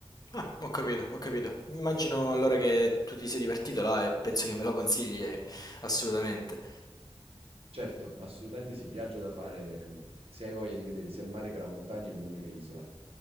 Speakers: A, on the left; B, on the right.
A: Ah, ho capito, ho capito. Immagino allora che tu ti sei divertito là e penso che me lo consigli eh, assolutamente.
B: Certo, assolutamente sì, viaggio da fare ehm, se hai voglia di vedere sia il mare che la montagna in un'unica isola.